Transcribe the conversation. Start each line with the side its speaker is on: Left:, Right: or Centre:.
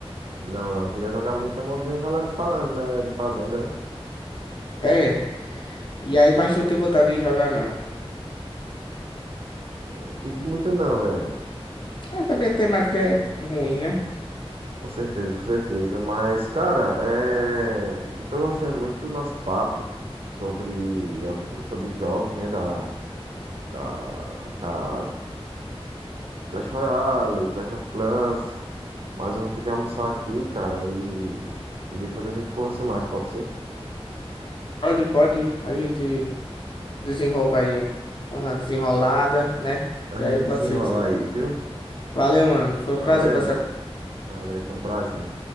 Right: Não, não. Chega a jogar muito, não eu ouvi uma galera falando, né? De Fazenda, né?
Left: É. E aí, mas tu não tem vontade de jogar, não.
Right: Não tive muita, não, velho.
Left: É, também a temática é ruim, né?
Right: Com certeza, com certeza. Mas, cara, é... eu tô gostando muito do nosso papo sobre, sobre jogos, né? Da, da, da Clash Royale, Clash of Clans. Mas eu vou ter que almoçar aqui, cara, e, e depois a gente conversa mais, pode ser?
Left: Pode, pode, a gente. desenvolva aí uma desenrolada, né?
Right: A
Left: E aí
Right: gente
Left: pode
Right: desenrolar
Left: ser que sim.
Right: aí, viu?
Left: Valeu, mano. Foi
Right: Valeu,
Left: um prazer conversar
Right: mano. Valeu, foi um prazer.